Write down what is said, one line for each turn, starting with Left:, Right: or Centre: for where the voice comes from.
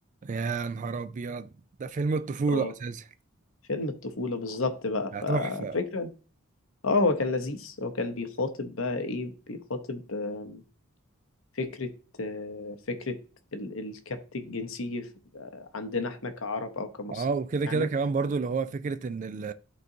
Right: يا نهار ابيض ده فيلم الطفوله
Left: اه
Right: اساسا
Left: فيلم الطفولة بالظبط بقى
Right: ده
Left: فالفكرة
Right: تحفه
Left: اه هو كان لذيذ هو كان بيخاطب بقى ايه بيخاطب آه، فكرة آه، فكرة ال- الكبت الجنسي في- آه، عندنا احنا كعرب أو كمصريين
Right: اه وكده كده
Left: يعني
Right: كمان برضو اللي هو فكره ان ال-